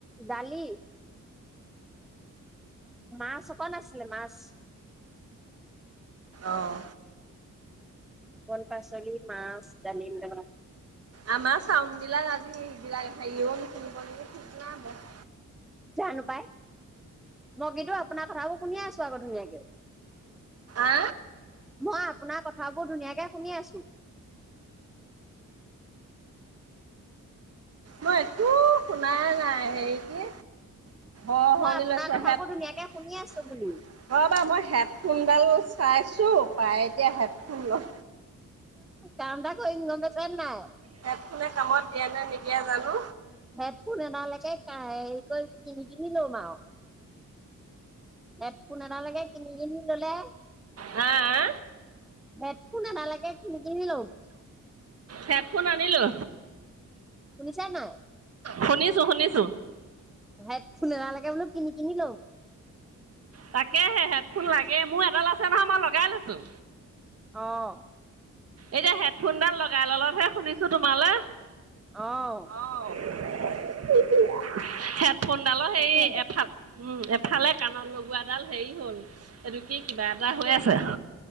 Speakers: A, in the centre; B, on the right (about 50°).
A: দালি মাছ অকল আছিলে মাছ
B: অহ
A: কল পাচলি মাছ ডালিম দ
B: আমাৰ চাউড বিলাক আজি সেইবিলাক হেৰিও নিকিনিব ঠিক ন হব।
A: জানো পাই মই কিন্তু আপোনাৰ কথাবোৰ। শুনি আছো আকৌ ধুনীয়াকে,
B: আ
A: মই আপোনাৰ কথাবোৰ ধুনীয়াকে শুনি আছো।
B: মই একো শুনা নাই হেৰি কি অঁ শৰনি
A: মই আপোনাৰ
B: লৈছো
A: কথাবোৰ
B: হেড
A: ধুনীয়াকে শুনি আছো বোলো
B: অঁ বাৰু মই হেডফোনডাল। চাইছোঁ পায় এতিয়া হেডফোন ল।
A: কাম এটা কৰিম গম পাই ছ নাই
B: হেডফুনে কামত দিয়া নাই নেকি। এতিয়া জানো।
A: হেডফোন এডালৈকে হেৰি কৰি কিনি কিনি লম আৰু হেডফুন এডলকে কিনি কিনি ললে
B: হাঁ
A: হেডফোন নালাগে কিনি কিনিলো।
B: হেডফোন আনিলো
A: শুনিছা নাই
B: শুনিছো শুনিছো।
A: হেডফোন এডালৈকে বোলো কিনি কিনি লম
B: তাকে হেটফোন লাগে এ মোৰ এডাল আছে নহয় মই লগাই লৈছোঁ।
A: আহঁ।
B: এতিয়া হেডফোনডাল লগাই ললতহে শুনিছো তোমালৈ
A: অঁ
B: <inaudible> ফোনডালৰ সেই
A: তাকেহে
B: এফাল উম এফালে কাণৰ লগোৱাডাল হেৰি হ'ল এইটো কি কিবা এটা হৈ। আছে